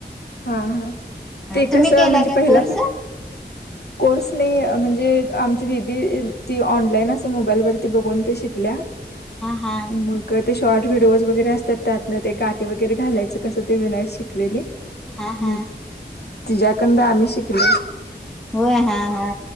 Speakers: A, on the left; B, in the centre.
A: हा हा ते
B: तुम्ही
A: कसं
B: केलाय
A: म्हणजे
B: का
A: पहिला
B: कोर्स?
A: प
B: हा
A: कोर्स नाही म्हणजे आमची दिदी ती ऑनलाईन असं मोबाईलवरती बघून ते शिकल्या
B: हा
A: मग ते शॉर्ट व्हिडिओज वगैरे असतात त्यातं ते गाटे वगैरे घालायचं कसं ते विनायच शिकलेली
B: हा हा.
A: मग तिच्यायाकंड आम्ही शिकल
B: होय हा हा